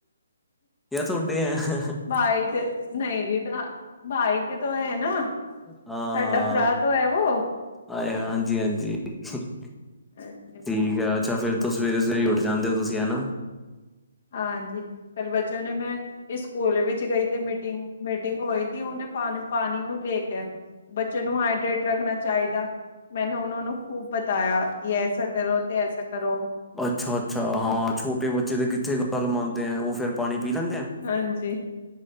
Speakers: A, in the centre; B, on the left.
A: ਜਾ ਤੁਹਾਡੇ ਐਂ ਹ
B: ਬਾਈ ਤੇ ਨਹੀਂ ਜੀ ਤਾਂ ਬਾਈ ਤੇ ਤੋ ਹੈ ਨਾ।
A: ਹਾਂ
B: ਸਾਡਾ
A: ਹਾਂ
B: ਭਰਾ ਤੋਂ ਹੈ ਵੋ।
A: ਆਏ ਹਾਂਜੀ ਹਾਂਜੀ। ਠੀਕ
B: ਹਾਂਜੀ ਬਿਲਕੁਲ
A: ਆ ਅੱਛਾ ਫੇਰ ਤੁਸੀ ਸਵੇਰੇ ਸਵੇਰੇ ਉੱਠ ਜਾਂਦੇ ਹੋ ਤੁਸੀਂ ਹਨਾ।
B: ਹਾਂਜੀ ਕੱਲ੍ਹ ਬੱਚਿਆਂ ਨੂੰ ਮੈਂ ਸਕੂਲ ਵਿੱਚ ਗਈ ਤੇ ਮੀਟਿੰਗ ਮੀਟਿੰਗ ਹੋਈ ਤੇ ਉਹਨੇ ਪਾਣੀ ਪਾਣੀ ਨੂੰ ਲੈ ਕੇ ਬੱਚੇ ਨੂੰ ਹਾਈਡਰੇੇਟ ਰੱਖਣਾ ਚਾਹੀਦਾ। ਮੈਨੇ ਉਹੂੰ ਨੂੰ ਖੂਬ ਬਤਾਇਆ ਕਿ ਐਸਾ ਕਰੋ ਤੇ ਐਸਾ ਕਰੋ।
A: ਅੱਛਾ-ਅੱਛਾ ਹਾਂ ਛੋਟੇ ਬੱਚੇ ਤੇ ਕਿੱਥੇ ਗੱਲ ਮੰਨਦੇ ਆ। ਉਹ ਫੇਰ ਪਾਣੀ ਪੀ ਲੈਂਦੇ ਆ?
B: ਹਾਂਜੀ।